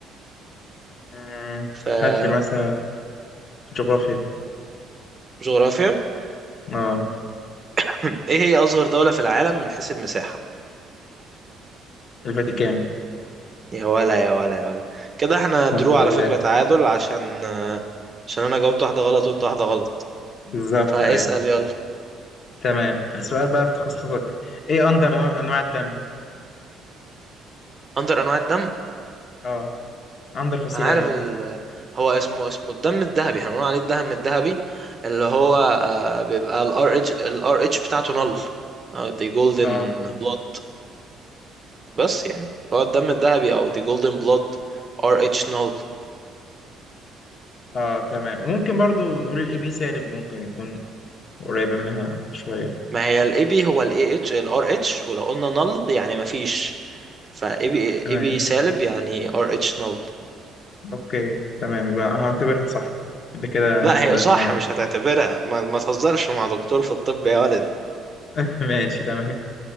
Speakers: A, on the left; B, on the right.
A: مم،
B: في
A: هات لي مثلا جغرافيا
B: جغرافيا
A: اه
B: <clears throat> ايه هي اصغر دولة في العالم من حيث المساحة
A: الفاتيكان
B: يا ولا يا ولا يا ولا كده احنا درو
A: الحمد لله
B: على فكرة تعادل عشان آه، عشان انا جاوبت واحدة غلط وانت واحدة غلط
A: بالظبط
B: فاسأل
A: اي
B: يلا
A: تمام السؤال بقى في تخصصك ايه اندر انواع الدم
B: اندر انواع الدم
A: اه اندر فصيلة
B: انا عارف
A: يعني
B: ال... هو اسمه اسمه الدم الذهبي احنا بنقول عليه الدم الذهبي اللي هو آه، بيبقى الار اتش الار اتش بتاعته نل دي جولدن
A: اه
B: بلود بس يعني هو الدم الذهبي او دي جولدن بلود ار اتش نل
A: اه تمام وممكن برضو نقول الاي بي سالب ممكن يكون قريبة منها شوية
B: ما هي الاي بي هو الاي اتش الار اتش ولو قلنا نل يعني ما فيش فاي بي
A: تمام
B: اي بي سالب يعني ار اتش نل
A: اوكي تمام يبقى هعتبرها صح ده كده
B: لا
A: انت متقدم
B: هي صح
A: عليا
B: مش هتعتبرها ما, ما تهزرش مع دكتور في الطب يا ولدي
A: <laughs> ماشي تمام